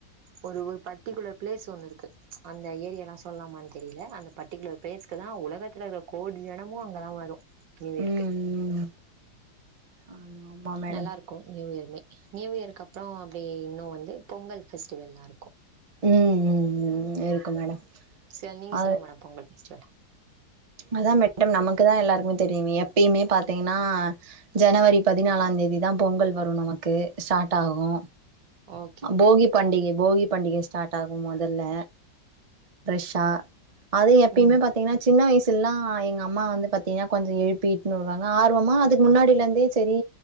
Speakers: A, on the right; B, on the right.
A: ஒரு ஒரு பர்டிகுலர் பிளேஸ் ஒன்னு இருக்கு அந்த ஏரிய எல்லா சொல்லாமான் தெரியல அந்த பர்ட்டிகுலர் பிளேஸ்க்கு தா உலகத்துல இருக்க கோடி ஜனமு அங்கதா வரு நியூ இயருக்கு
B: ம் ம் ஆமா ஆமா மேடம்
A: நல்லாருக்கு நியூயருமே நியூயருக்கப்றோ அப்டி இன்னு வந்து பொங்கல் ஃபெஸ்டிவல்லா இருக்கு
B: ம் ம் ம் இருக்கு மேடம்
A: செல் நீங்க
B: அது
A: சொல்லுங்க மேடம் பொங்கல் ஃபெஸ்டிவல்
B: அதா மேட்டம் நமக்குதா எல்லாருக்குமே தெரியுமே எப்பயுமே பாத்தீங்கனா ஜனவரி பதினாலாந் தேதிதா பொங்கல் வரு நமக்கு ஸ்டாட் ஆகு
A: ஓகே மேடம்
B: போகி பண்டிகை போகி பண்டிகை ஸ்டாட் ஆகும் மொதல்ல ஃப்ரெஷ்ஷா அது எப்பயுமே
A: ம்
B: பாத்தீங்கனா சின்ன வயசு ல்லா எங்க அம்மா வந்து பாத்தீங்னா கொஞ்ச எழுப்பி இட்னு வருவாங்க ஆர்வமா அதுக்கு முன்னாடிலந்தே செரி